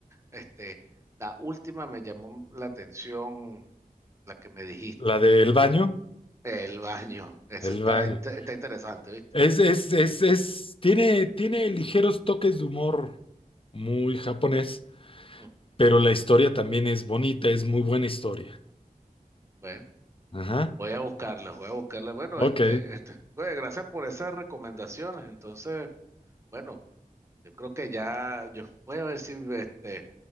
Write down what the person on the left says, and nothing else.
La del baño,
el
baño.
Es, es, es, es, tiene, tiene ligeros toques de humor muy japonés,
pero la historia también es bonita, es muy buena historia.
Ajá.
Ok,